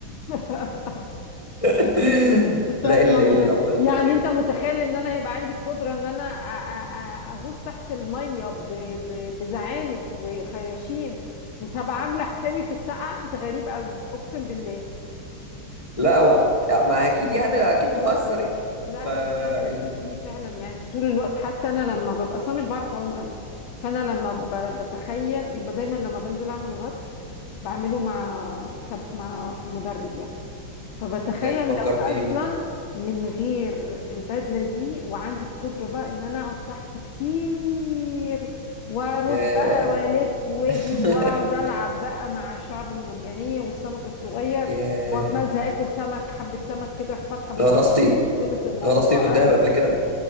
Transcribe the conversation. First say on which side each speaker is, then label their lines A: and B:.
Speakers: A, on the left; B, on the left.
A: <laughs>
B: <laughs>
A: بس
B: لا
A: هتبقى
B: ال... الابطال
A: مدرب
B: الخارقين
A: يعني انت متخيل ان انا هيبقى عندي القدرة ان انا أ- أ- أ- اغوص تحت المية ب... ب... بزعانف وخياشيم وتبقى عاملة حسابي في السقعة انت غريب قوي اقسم بالله
B: لا هو يعني، ما اكيد يعني اكيد بهزر يعني
A: لا
B: ف
A: بس انا دي
B: ال...
A: دي فعلا يعني طول الوقت حتى انا لما ببقى اصلا مش بعرف اعوم قوي فانا لما ب... بتخيل يبقى دايما لما بنزل اعمل غطس بعمله مع سب... مع مدرب يعني فبتخيل
B: لا انت فكرتيني
A: لو اصلا من غير البدله دي وعندي القدره بقى ان انا اقعد تحت كتير واروح
B: ياه
A: بقى والف واجي
B: <laughs>
A: واقعد العب بقى مع الشعب المرجانيه والسمك الصغير
B: ياه
A: واما ازهق اكل سمك حبه سمك كده اروح فاتحه بقي
B: غطستي
A: خلص الموضوع
B: غطستي في دهب
A: أه.
B: قبل كده